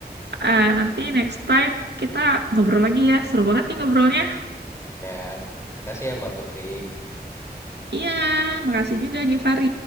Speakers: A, on the right; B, on the left.
A: Eh, nanti next time kita ngobrol lagi ya seru banget nih ngobrolnya
B: Ya, makasih ya Mbak Putri.
A: iya makasih juga Givari